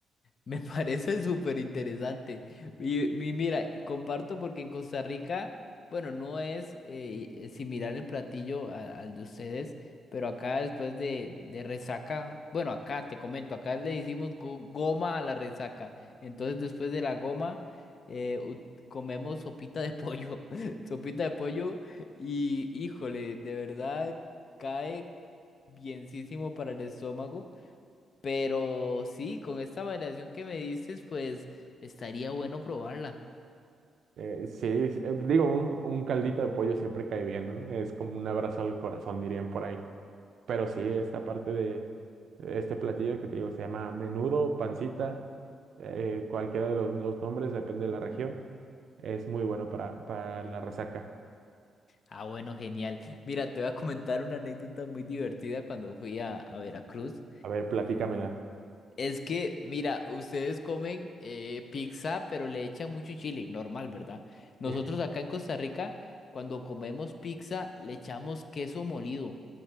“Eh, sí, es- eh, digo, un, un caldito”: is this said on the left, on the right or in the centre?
Right